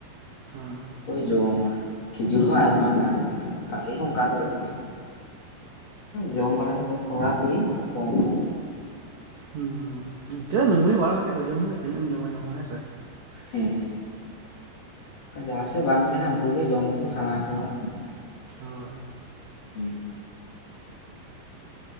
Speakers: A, on the right (about 70°); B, on the left (about 45°).
A: ᱦᱩᱸ
B: ᱡᱚᱢᱟ ᱠᱷᱤᱡᱩᱨ ᱦᱚᱸ ᱟᱭᱢᱟ ᱢᱮᱱᱟᱜᱼᱟ ᱫᱚᱢᱮ ᱛᱟᱞᱮ ᱦᱚᱸ ᱚᱱᱠᱟ ᱜᱮ ᱫᱚᱢᱮ ᱡᱚᱢ ᱵᱟᱲᱟᱭ ᱟᱠᱚ ᱛᱷᱚᱲᱟ ᱛᱷᱩᱲᱤ ᱚᱝᱠᱟ ᱠᱚᱢ ᱠᱚᱢ
A: ᱦᱩᱸ ᱤᱱᱠᱟᱹ ᱱᱟᱹᱢᱟᱹᱭ ᱵᱟᱲᱟ ᱞᱮᱠᱟ ᱠᱚ ᱡᱚᱢ ᱦᱳᱭᱳᱜᱼᱟ ᱛᱤᱱᱟᱹᱜ ᱮᱢ ᱡᱚᱢᱟ ᱡᱚᱢ ᱦᱚᱸ ᱦᱮᱸ ᱥᱮ
B: ᱦᱮᱸ ᱡᱟᱸᱦᱟ ᱥᱮᱫ ᱵᱟᱝ ᱛᱟᱦᱮᱱᱟ ᱩᱱᱠᱩ ᱜᱮ ᱡᱚᱢ ᱠᱚ ᱥᱟᱱᱟ ᱠᱚᱣᱟ
A: ᱦᱳᱭ
B: ᱦᱩᱸ